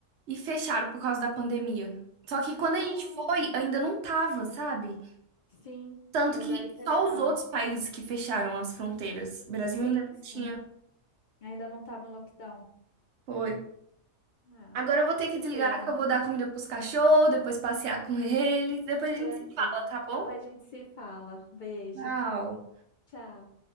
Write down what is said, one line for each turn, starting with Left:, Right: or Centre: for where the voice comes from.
Right: e fecharam por causa da pandemia. Só que quando
Left: Ah,
Right: a gente foi, ainda não tava, sabe?
Left: sim,
Right: Tanto
Left: mas
Right: que
Left: aí fecharam.
Right: só os outros países que fecharam as fronteiras. O Brasil
Left: Sim,
Right: ainda não
Left: sim.
Right: tinha.
Left: Ainda não estava em lockdown.
Right: Foi.
Left: Ah,
Right: Agora eu vou ter que
Left: que
Right: desligar,
Left: pena.
Right: que eu vou dar comida pros cachorros, depois passear com eles. Depois a gente
Left: Tranquilo.
Right: se fala, tá bom?
Left: Depois a gente se fala. Beijo.
Right: Tchau.
Left: Tchau.